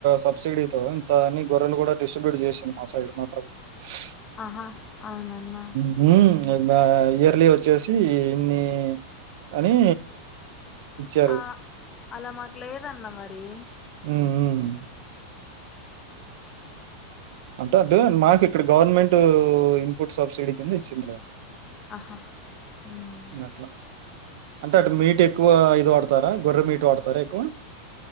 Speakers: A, on the right; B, on the left.
A: సబ్సిడీతో ఇంత అని గొర్రెలు కూడా డిస్ట్రిబ్యూట్ చేసి మా సైడు మాత్రం <unintelligible>
B: ఆహా అవునన్న
A: ఉమ్ ఇయర్లీ వచ్చేసి ఇన్ని అని ఇచ్చారు
B: ఆ అల మాకు లేదన్న మరి
A: ఉమ్ ఉమ్ <unintelligible> మాకు ఇక్కడ గవర్నమెంట్ ఇన్పుట్ సబ్సిడీ కింద ఇచ్చింది <unintelligible>
B: ఆహా ఉమ్
A: అట్ల అంటే అటు మీటు ఎక్కువ ఇది వాడతార గొర్ర మీటు వాడతార ఎక్కువ